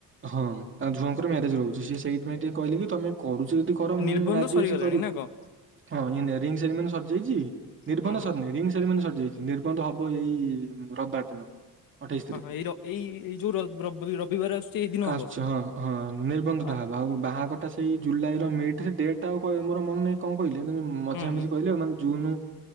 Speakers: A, on the right; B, on the left.
A: ହଁ ତାଙ୍କ ଝୁଅଙ୍କର ମ୍ୟାରେଜ ରହୁଛି ସିଏ ସେଇଥିପାଇ ଟିକେ କହିଲେ କି ତମେ କରୁଛ ଯଦି କର ମୁଁ
B: ନିର୍ବନ୍ଧ
A: ରାଜି
B: ସରିଗଲାଣି
A: ଅଛି କରିବି
B: ନା କଣ?
A: ହଁ ଇଏ ରିଙ୍ଗ୍ ସେରିମନି ସରିଯାଇଛି ନିର୍ବନ୍ଧ
B: ହୁଁ ହୁଁ
A: ସରିନି ରିଙ୍ଗ ସେରିମାନୀ ସରିଯାଇଛି। ନିର୍ବନ୍ଧ ହବ ଏଇ ରବିବାର ଦିନ। ଅଠେଇଶ ତାରିଖ
B: ହଁ ଏଇ ର ଏଇ ଏଇ ଯୋଉ ରବ ରବ୍ ରବିବାର ଆସୁଛି ଏଇ ଦିନ ହବ?
A: ଆସୁଛି ହଁ ହଁ ନିର୍ବନ୍ଧ
B: ଅ
A: ଟା ହବ ଆଉ ବାହାଘରଟା ଏଇ ଜୁଲାଇ ର ମିଡ୍ ରେ ଡେଟ୍ ଟା ଆଉ ମୋର ମନ ନାହିଁ କଣ କହିଲେ କିନ୍ତୁ ମଝିଆ
B: ହୁଁ ହୁଁ
A: ମଝି କହିଲେ ମାନେ ଜୁନୁ-